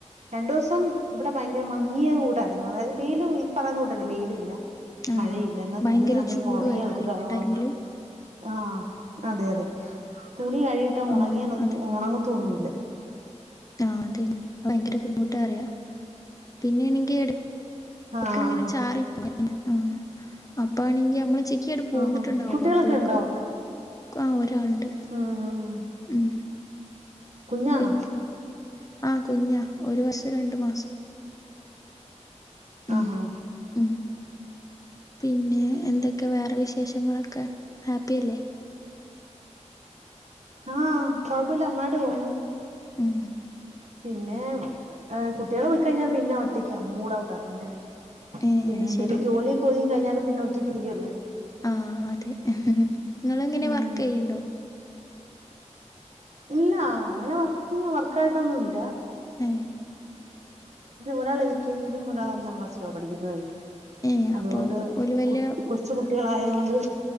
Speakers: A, on the right; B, on the left.
A: രണ്ടു ദെവസം ഇവിടെ ഭയങ്കര മങ്ങിയ കൂടായിരുന്നു അതായത് വെയിലും ഈ പറയുന്നകൂട്ട് തന്നെ വെയിലും ഇല്ല
B: ആഹ്
A: മഴയില്ല എന്നാ
B: ഭയങ്കര
A: തുണിയാന്നേ
B: ചൂടു
A: ഉണങ്ങാതാട്ട്
B: ആയിരിക്കുംല്ലേ
A: കാണ
B: ആ ടൈമില്
A: - ആഹ് അതെ അതെ തുണികഴിയിട്ടാ ഒണങ്ങിയാനൊന്നും
B: ആഹ് അതെ
A: ഒണങ്ങത്തൊന്നുമല്ല
B: ആഹ് അതെ തന്നെ ഭയങ്കര ബുദ്ധിമുട്ടാ പറയ്‌വ പിന്നെണെങ്കി എട്
A: ആഹ്
B: ക്ക്‌ ഇങ്ങനെ ചാറി പോവും ആഹ് അപ്പ ആണെങ്കി നമ്മള് ചിക്കി ആൻണ്ട് പോന്നിട്ടുണ്ടാവോള്ളു
A: ആഹ് കുട്ടികളൊക്കെ
B: അപ്പോക്ക്
A: ഉണ്ടോ
B: ആ ഒരാണ്ട്
A: ഉം ഉം
B: ഉം
A: കുഞ്ഞാണോ
B: പിന്നാ ആ കുഞ്ഞാ ഒരു വർഷും രണ്ടു മാസും ഉം
A: ആഹാ
B: ഉം പിന്നെ എന്തൊക്കെ വേറെ വിശേഷങ്ങള് ക്കെ ഹാപ്പി അല്ലെ?
A: ആഹ് കൊഴപ്പല്ല നന്നായിട്ട് പോവുന്നു
B: ഉം
A: പിന്നെ കുട്ടികള് പോയി കഴിഞ്ഞാ പിന്നെ ഒറ്റക്കാ മൂഡ് ഔട്ടാ പിന്നെ
B: ഏ
A: പിന്നെ
B: അത്
A: എന്തേലും
B: ശരി
A: ജോലിയൊക്കെ ഒതുങ്ങി കഴിഞ്ഞാലും പിന്നെ ഒറ്റക്ക് ഇരിക്കല്ലേ
B: ആഹ് അതെ നിങ്ങള് എങ്ങനെ
A: ഉം
B: വർക്ക് ചെയ്യ്ണ്ടോ?
A: ഇല്ല അങ്ങനെ വർക്ക് വർക്കായിട്ടൊന്നുല്ല
B: ഏ
A: ഒരാള് എൽകെജി യിലും ഒരാള് ഒന്നാം ക്ലാസിലു ആ പഠിക്കുന്നത്
B: ഏ
A: അതുകൊണ്ട്
B: അപ്പൊ ഓല് വല്യ
A: കു കൊച്ചു കുട്ടികളായതു കൊണ്ട്